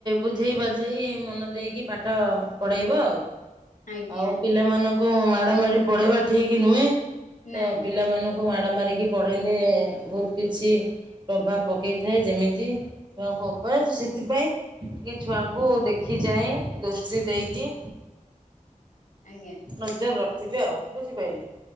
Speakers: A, on the right (about 35°); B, on the left (about 80°).
A: ବୁଝେଇ ବାଝେଇ ମନ ଦେଇକି ପାଠ ପଢ଼ାଇବ ଆଉ।
B: ଆଜ୍ଞା
A: ଆଉ ପିଲାମାନଙ୍କୁ ମାଡ ମାଡି ପଢେଇବା ଠିକ ନୁହେଁ। ତ
B: ନାଇଁ ନାଇଁ
A: ପିଲାମାନଙ୍କୁ ତାଙ୍କୁ ମାଡ଼ ମାରିକି ପଢ଼େଇଲେ ବହୁତ କିଛି ପ୍ରଭାବ ପକାଇଥାଏ। ଯେମିତି ଛୁଆଙ୍କ ଉପରେ ତୁ ସେଥିପାଇଁ କି ଛୁଆଙ୍କୁ ଦେଖି ଯାଏଁ ଦୋଷ୍ଟି ଦେଇକି
B: ଆଜ୍ଞା
A: ନଜର ରଖିବେ ଆଉ ବୁଝିପାରିଲେ?